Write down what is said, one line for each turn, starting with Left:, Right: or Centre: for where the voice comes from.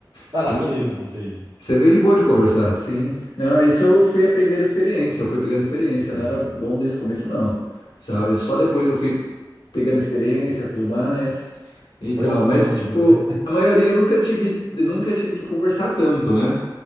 Right: Vai
Left: Você
Right: lá,
Left: é bem,
Right: conta aí você aí.
Left: você é bem de boa de conversar, sim. Não, isso eu fui aprendendo experiência, eu fui pegando experiência,
Right: Sem.
Left: eu não era bom desde o começo, não, sabe? Só depois eu fui pegando experiência, tudo mais e
Right: Foi
Left: tal.
Right: upando,
Left: Mas, tipo,
Right: né?
Left: a maioria eu nunca tive, nunca tive que conversar tanto, né?